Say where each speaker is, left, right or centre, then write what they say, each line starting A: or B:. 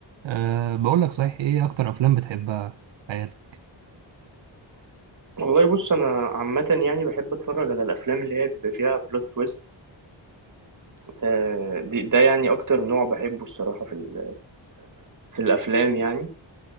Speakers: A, on the right; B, on the right.
A: أه بقول لك صحيح ايه اكتر افلام بتحبها في حياتك
B: والله بص انا عامه يعني بحب اتفرج على الافلام اللي هي بيبقى فيها بلوت تويست آه، دي ده يعني اكتر نوع بحبه الصراحه في ال- في الافلام يعني